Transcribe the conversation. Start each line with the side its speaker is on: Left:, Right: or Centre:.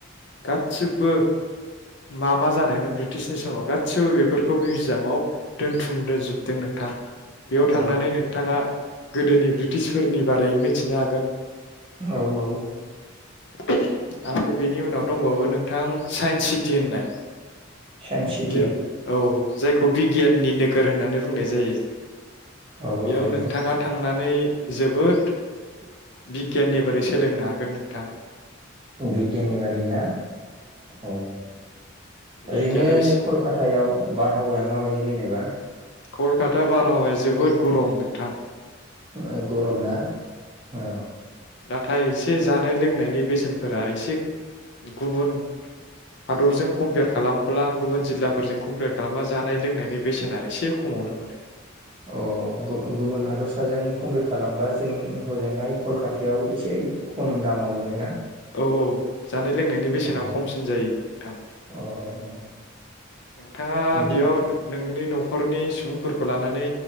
Left: गादसिबो मा मा जानायमोन ब्रिटिशनि समाव गादसिबो बेफोरखौ मिउजियामाव दोन्थुम दजोबदों नोंथां बेयाव
Right: औ
Left: थांनानै नोंथाङा गोदोनि ब्रिटिशफोरनि बारै मिथिनो हागोन
Right: औ औ औ
Left: <unintelligible> आरो बेनि उनाव दंबावो नों नोंथां साइन्स सिटि होननाय
Right: साइन्स सिटि
Left: बेयो औ जायखौ बिगियाननि नोगोर होननानै बुंनाय जायो
Right: औ
Left: बेयाव
Right: औ नंगौ
Left: नोंथाङा थांनानै जोबोद बिगियाननि बारै सोलोंनो हागोन नोंथां
Right: बिगियाननि बारै ना औ
Left: बिगियाना
Right: ओरैनो
Left: बेसे
Right: कलकातायाव बारहावाया माबायदि जे नेबा
Left: कलकाता बारहावाया जोबोद गरम नोंथां
Right: ओ गरम ना औ
Left: नाथाय एसे जानाय लोंनायनि बेसेनफोरा एसे गुबुन हादरजों कमपियार खालामब्ला गुबुन जिल्लाफोरजों कम्पियार खालामबा जानाय लोंनायनि बेसेना एसे खमावनो मोनो।
Right: अ गुबुन हादरसाजों कम्पियार खालामबा जों हजोंहाय कलकातायाव एसे खम दामाव मोनोना
Left: औ औ जानाय लोंनायनि बेसेना
Right: अ
Left: खमसिन जायो नोंथां
Right: अ अ
Left: नोंथाङा
Right: दि
Left: बेयाव नोंनि न'खरनि सुबुंफोरखौ लानानै